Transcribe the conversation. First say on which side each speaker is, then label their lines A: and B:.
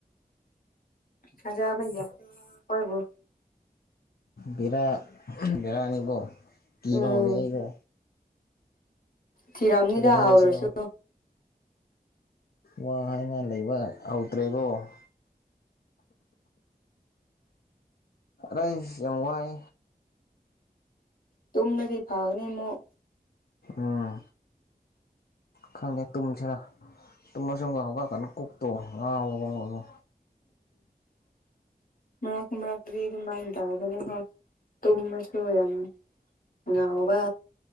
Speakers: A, on the left; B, on the left.
A: ꯊꯥꯖꯕ ꯌꯥ ꯑꯩꯈꯣꯏꯕꯨ
B: ꯕꯦꯔꯥ ꯕꯦꯔꯥꯅꯤꯀꯣ ꯀꯤꯕ
A: ꯎꯝ
B: ꯍꯧꯔꯦ ꯑꯩꯒꯣ
A: ꯊꯤꯔꯝꯅꯤꯗ
B: ꯍꯥꯏꯁꯤꯔꯣ
A: ꯍꯧꯗ꯭ꯔꯁꯨ
B: ꯋꯥ ꯍꯥꯏꯅꯤꯡꯉꯥꯏ ꯂꯩꯕ ꯍꯧꯗ꯭ꯔꯦꯀꯣ <inaudible> ꯑꯩꯁ ꯌꯥꯝ ꯋꯥꯏ
A: ꯇꯨꯝꯔꯗꯤ ꯐꯒꯅꯤ ꯑꯃꯨꯛ
B: ꯎꯝ ꯈꯪꯗꯦ ꯇꯨꯝꯁꯤꯔꯥ ꯇꯨꯝꯃꯁꯨ ꯉꯟ ꯍꯧꯒꯠꯂꯀꯥꯟ ꯀꯣꯛꯇꯣ ꯉꯥꯎꯔꯦ ꯉꯣ ꯉꯣ
A: <inaudible> ꯃꯔꯛ ꯃꯔꯛꯇꯗꯤ ꯑꯗꯨꯃꯥꯏꯟ ꯇꯥꯕꯅꯤꯀꯣ ꯇꯨꯝꯃꯁꯨ ꯌꯥꯝꯅ ꯉꯥꯎꯕ